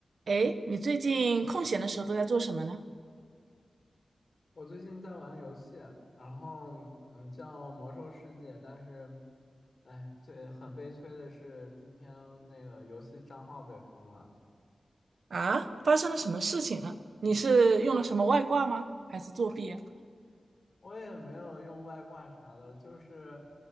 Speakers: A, on the right; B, on the left.
A: 哎，你最近空闲的时候都在做什么呢？
B: 我最近在玩游戏，然后嗯叫《魔兽世界》，但是，哎，最很悲催的是今天那个游戏账号被封了。
A: 啊，发生了什么事情了？你是用了什么外挂吗？还是作弊啊？
B: 我也没有用外挂啥的，就是，